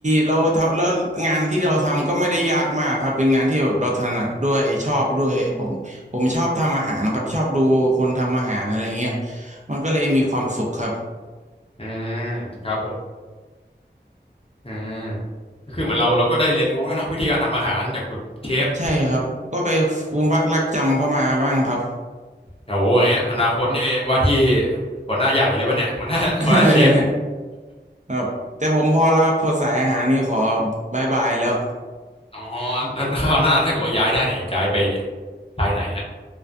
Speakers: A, on the right (about 40°); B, on the left (about 30°).
A: เราทำแล้วงานที่เราทำก็ไม่ได้ยากมากครับเป็นงานที่แบบเราถนัดด้วยชอบด้วยผมผมชอบทำอาหารครับชอบดูคนทำอาหารอะไรเงี้ยมันก็เลยมีความสุขครับ
B: อืมครับผมอืมก็คือเหมือนเราเราก็ได้เรียนรู้แล้วยเนาะวิธีการทำอาหารจากแบบเชฟ
A: ใช่ครับก็ไปฟูมฟักรักจำเข้ามาบ้างครับ
B: โหอย่างเงี้ยอนาคตนี่ว่าที่หัวหน้าใหญ่เลยป่ะเนี่ยหัวหน้าหัวหน้าเชฟ
A: <laughs> ครับแต่ผมพอแล้วครับพอสายอาหารนี่ขอบายบายแล้ว
B: อ๋อแล้วคราวหน้าถ้าเกิดว่าย้ายได้เนี่ยอยากย้ายไปสายไหนฮะ